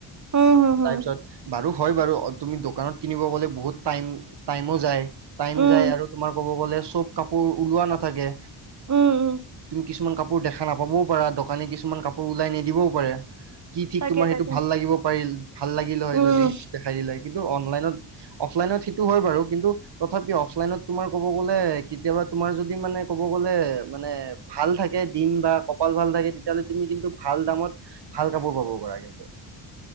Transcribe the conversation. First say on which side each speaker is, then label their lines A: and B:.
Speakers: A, on the right; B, on the right.
A: উম হম হম
B: তাৰপিছত বাৰু হয় বাৰু তুমি দোকানত কিনিব গ'লে বহুত টাইম টাইমো যায়। টাইম
A: উম
B: যায় আৰু তোমাৰ ক'ব গ'লে চব কাপোৰ ওলোৱা নাথাকে।
A: উম উম
B: তুমি কিছুমান কাপোৰ দেখা নাপাবও পাৰো দোকানী কিছুমান কাপোৰ ওলাই নিদিবও পাৰে। কি ঠিক
A: তাকে
B: তোমাৰ
A: তাকে
B: সেইটো ভাল লাগিব পাৰিল ভাল লাগিল হয়
A: উম
B: যদি সেইটো দেখাই দিলে কিন্তু অনলাইনত অফলাইনত সেইটো হয় বাৰু কিন্তু তথাপিও অফলাইনত তোমাৰ ক'ব গ'লে কেতিয়াবা তুমাৰ যদি মানে ক'ব গ'লে মানে ভাল থাকে দিন বা কপাল ভাল থাকে তেতিয়াহ'লে তুমি কিন্তু ভাল দামত ভাল কাপোৰ পাব পাৰা কিন্তু